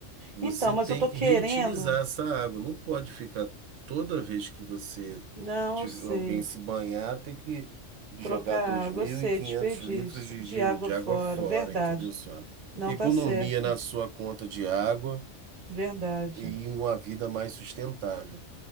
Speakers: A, on the right; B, on the right.
A: Você
B: Então, mas
A: tem
B: eu tô
A: que
B: querendo.
A: reutilizar essa água. Não pode ficar toda vez que você
B: Não,
A: tiver-
B: eu sei.
A: alguém se banhar, ter que jogar
B: Trocar
A: dois
B: água,
A: mil
B: eu sei,
A: e quinhentos
B: desperdício.
A: litros de,
B: De
A: de,
B: água
A: de
B: fora,
A: água fora,
B: verdade.
A: entendeu, senhora?
B: Não
A: Economia
B: tá certo,
A: na sua conta de água
B: verdade.
A: e uma vida mais sustentável.